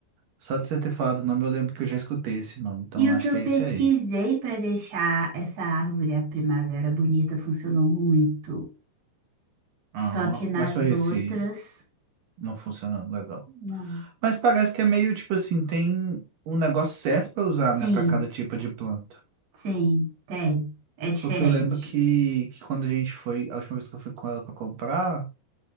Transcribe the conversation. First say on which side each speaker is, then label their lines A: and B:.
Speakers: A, on the right; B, on the right.
A: Só de você ter falado o nome, eu lembro que eu já escutei esse nome. Então
B: E
A: eu
B: o
A: acho
B: que eu
A: que é esse
B: pesquisei
A: aí.
B: para deixar essa árvore, a primavera, bonita, funcionou muito.
A: Ah,
B: Só que nas
A: mas foi
B: outras,
A: esse... Não funcionando legal.
B: não.
A: Mas parece que é meio, tipo assim, tem um negócio certo pra usar,
B: Sim,
A: né? Pra cada tipo de planta.
B: sim, tem. É diferente.
A: Porque eu lembro que, que quando a gente foi... A última vez que eu fui com ela pra comprar...